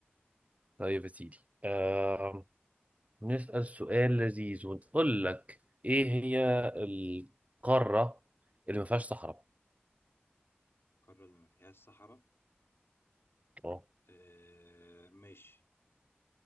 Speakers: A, on the right; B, on the left.
A: طيب يا سيدي آه... نسأل سؤال لذيذ ونقول لك ايه هي القارة اللي ما فيهاش
B: مم.
A: صحراء
B: قارة اللي ما فيهاش صحراء
A: اه
B: آه ماشي